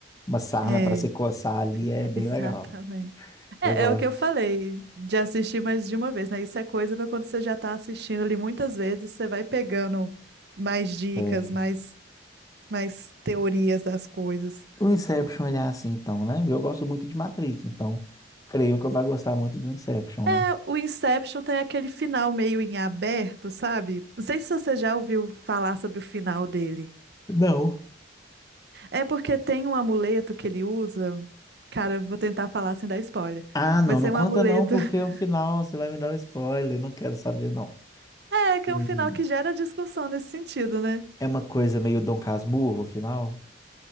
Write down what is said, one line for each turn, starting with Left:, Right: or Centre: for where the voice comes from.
Left: uma sarna
Right: é,
Left: para se
Right: <laughs> é,
Left: coçar ali é bem
Right: exatamente.
Left: legal.
Right: É,
Left: Eu gosto.
Right: é o que eu falei, de assistir mais de uma vez, né? Isso é coisa para quando você já tá assistindo ali muitas vezes, você vai pegando mais dicas,
Left: Sei.
Right: mais, mais teorias das coisas.
Left: O Inception, ele é assim, então, né? Eu gosto muito de Matrix, então creio que eu vou gostar muito do Inception,
Right: É,
Left: né?
Right: o Inception tem aquele final meio em aberto, sabe? Não sei se você já ouviu falar sobre o final dele.
Left: Não.
Right: É porque tem um amuleto que ele usa. Cara, vou tentar falar sem dar spoiler.
Left: Ah, não,
Right: Mas
Left: não
Right: tem
Left: conta
Right: um amuleto.
Left: não, porque
Right: <laughs>
Left: ao final você vai me dar um spoiler, não quero saber não.
Right: É, que
Left: Uhum.
Right: é um final que gera discussão nesse sentido, né?
Left: É uma coisa meio Dom Casmurro, o final?